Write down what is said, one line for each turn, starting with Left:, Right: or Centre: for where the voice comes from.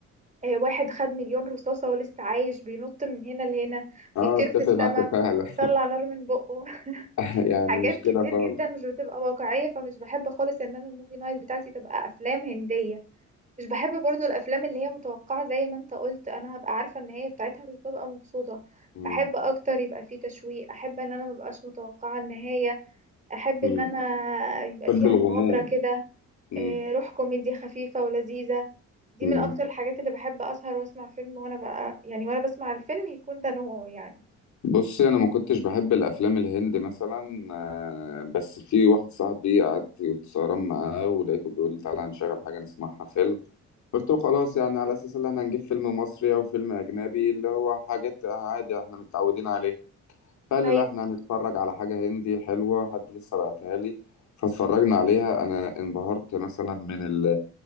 Right: آه، واحد خد مليون رصاصة ولسه عايش بينط من هنا لهنا
Left: اه
Right: بيطير
Left: اتفق
Right: في السماء
Left: معاك فعلا
Right: بيطلع نار من بقه <laughs>
Left: <laughs> يعني
Right: حاجات
Left: مش كده
Right: كتير
Left: خالص
Right: جدا مش بتبقى واقعية فمش بحب خالص إن أنا الموفي نايت بتاعتي تبقى أفلام هندية مش بحب برضو الافلام اللي هي متوقعة زي ما انت قلت انا هبقى عارفة النهاية بتاعتها مش ببقى مبسوطة
Left: مم.
Right: احب اكتر يبقى فيه تشويق احب ان انا مبقاش متوقعة النهاية احب
Left: مم.
Right: ان انا يبقى
Left: بحب
Right: فيها
Left: الغموض
Right: مغامرة كده
Left: مم.
Right: إيه، روح كوميديا خفيفة ولذيذة دي
Left: مم.
Right: من اكتر الحاجات اللي بحب اسهر واسمع فيلم وانا بقى يعني وانا بسمع الفيلم يكون ده نوعه يعني
Left: بصي انا ما كنتش بحب الافلام الهندي مثلا آه، بس في واحد صاحبي قعدت واتسهران معاه ولقيته بيقول لي تعالى هنشغل حاجه نسمعها فيلم قلت له خلاص يعني على اساس ان احنا هنجيب فيلم مصري او فيلم اجنبي اللي هو حاجات عادي احنا متعودين عليها فقال لي
Right: ايوه
Left: لا احنا هنتفرج على حاجه هندي حلوه حد لسه بعتها لي فاتفرجنا عليها انا انبهرت مثلا من ال